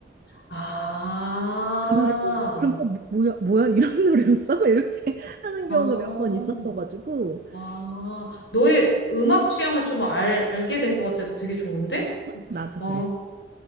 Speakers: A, on the left; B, on the right.
A: 아,
B: 가사를 보면. 그럼
A: 뭐,
B: 어, 뭐, 뭐야, 뭐야, 이런 <laughs> 노래였어? 이렇게 하는 경우가
A: 아.
B: 몇 번 있었어가지고.
A: 아, 너의 음악 취향을 좀 알, 알게 된 것 같아서 되게 좋은데?
B: 응? 나도
A: 아,
B: 그래.